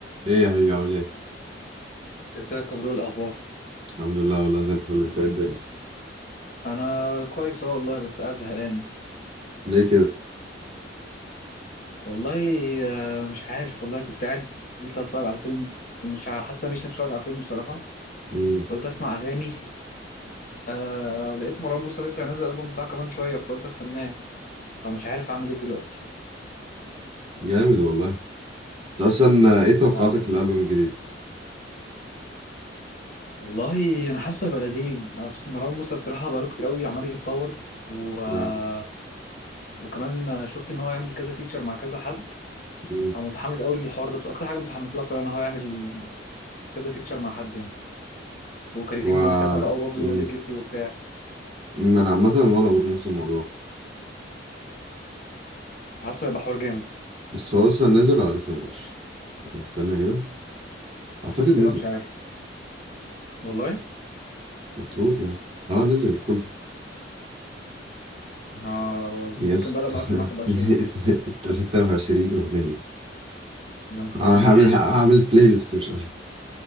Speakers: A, on the right; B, on the left.
A: ايه يا حبيبي عامل ايه؟
B: ازيك يا برو إيه الاخبار
A: الحمد لله والله زي الفل انت ايه الدنيا؟
B: انا كويس اه والله بس قاعد زهقان
A: ليه كده؟
B: والله آه، مش عارف والله كنت قاعد قلت اتفرج على فيلم بس مش ع- حاسس إن مش نفسي اتفرج على فيلم بصراحه
A: مم.
B: قلت اسمع اغاني آه لقيت مروان موسى لسه هينزل الالبوم بتاعه كمان شويه فقلت استناه فمش عارف اعمل ايه دلوقتي
A: جامد والله انت اصلا ايه توقعاتك
B: آه.
A: للالبوم الجديد؟
B: والله انا حاسه هيبقى لذيذ اصل مروان موسى بصراحه بقاله كتير قوي عمال يتطور و... آه،
A: لا،
B: وكمان شفت ان هو يعمل كذا فيتشر مع كذا حد
A: مم.
B: فمتحمس قوي للحوار ده بس اكتر حاجه متحمس لها بصراحه ان هو يعمل كذا فيتشر مع حد يعني وكريم
A: و
B: وأسامة بقى وبابلو
A: مم.
B: وليجاسي وبتاع
A: مم، انا عامة وانا برضه نفس الموضوع
B: حاسه هيبقى حوار جامد
A: بس هو اصلا نزل ولا لسه نزلش؟ استنى كده اعتقد
B: شوف
A: نزل
B: كده مش عارف والله
A: المفروض يعني اه نزل كله
B: آه
A: يس
B: ممكن بقى لما
A: <laughs>
B: اقفل معاك ابقى اشوف
A: 23 اغنية
B: يا نهار
A: آه،
B: اسود
A: هعمل هعمل بلاي ليست مش ألبوم